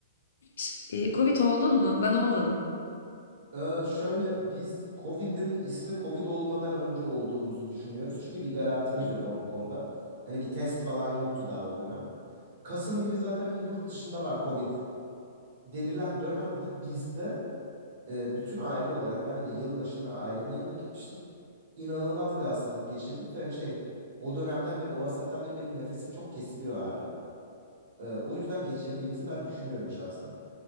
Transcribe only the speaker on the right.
Ee, şöyle biz Covid'in ismi Covid olmadan önce olduğumuzu düşünüyoruz. Çünkü bir garantimiz
yok ama bu konuda. Hani bir test falan yoktu daha o dönem. Kasım gibi zaten hani yurt dışında var Covid denilen dönemde bizde e, bütün aile olarak ben de yılbaşına ailemin yanına gitmiştim. İnanılmaz bir hastalık geçirdik ve hani şey o dönemden beri o hastalıktan beri benim nefesim çok kesiliyor hala. E, o yüzden geçirdiğimizi ben düşünüyorum şahsen.